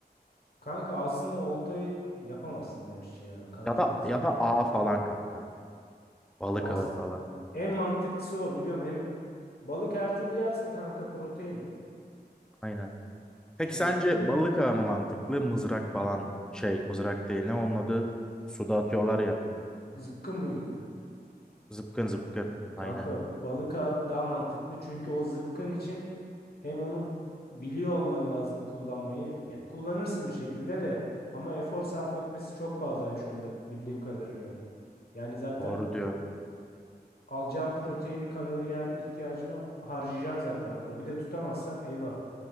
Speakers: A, on the left (about 65°); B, in the centre.
A: Kanka aslında oltayı yapamazsın gerçi ya. Kanca
B: Ya da
A: nasıl?
B: ya da ağ falan kanka. Balık
A: As
B: ağı falan.
A: en mantıklısı o biliyorum. Hem balık her türlü yersin kanka protein.
B: Aynen. Peki
A: Şimdi
B: sence
A: k-
B: balık ağı mı mantıklı, mızrak falan mı? Şey, mızrak değil ne onun adı? Suda atıyorlar ya.
A: zıpkın mıydı?
B: Zıpkın zıpkın.
A: Kanka
B: Aynen.
A: balık a- daha mantıklı çünkü o zıpkın için Hem onu biliyor olman lazım kullanmayı. Ya kullanırsın bir şekilde de ama efor sarf etmesi çok fazlaymış onda bildiğim kadarıyla. Yani zaten
B: Doğru diyor.
A: alacağın proteini, kalori her ihtiyacını harcayacaksın zaten orada. Bir de tutamazsan eyvah.